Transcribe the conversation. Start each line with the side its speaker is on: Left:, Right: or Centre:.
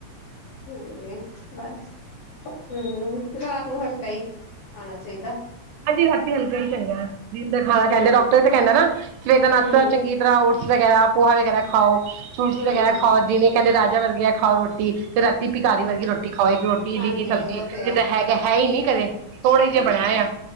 Left: ਹਾਂਜੀ ਬਸ ਹੂੰ ਰਾਤ ਨੂੰ ਹਲਕਾ ਹੀ ਖਾਣਾ ਚਾਹੀਦਾ।
Right: ਹਾਂਜੀ ਰਾਤੀ ਹਲਕਾ ਹੀ ਚੰਗਾ ਦਿਨ ਦਾ ਖਾਣਾ
Left: ਹਮ
Right: ਕੈਂਦੇ ਡਾਕਟਰ ਤੇ ਕੈਂਦਾ ਨਾ ਸਵੇਰ ਦਾ ਨਾਸਤਾ
Left: ਹਮ
Right: ਚੰਗੀ ਤਰ੍ਹਾਂ ਵਗੈਰਾ ਪੋਹਾ ਵਗੈਰਾ ਖਾਓ ਫਰੂਟਸ
Left: ਹਮ
Right: ਵਗੈਰਾ
Left: ਹਮ
Right: ਖਾਓ ਦਿਨ ਕੈਂਦੇ ਰਾਜਾ ਵਰਗ ਖਾਓ ਰੋਟੀ ਤੇ ਰਾ ਪਿਖਾਰੀ
Left: ਹਮ
Right: ਵਰਗੀ ਰੋਟੀ ਖਾਓ ਇਕ ਰੋਟੀ
Left: ਹਾਂਜੀ
Right: ਨੀ ਕੀ ਸਬਜ਼ੀ
Left: ਉਹ ਤੇ
Right: ਜਿੱਦਾਂ
Left: ਆ
Right: ਹੈ ਹੈ ਹੀ ਨੀ ਕਦੇ ਥੋੜੇ ਜਿਹੇ ਬਣਾਏ ਆ।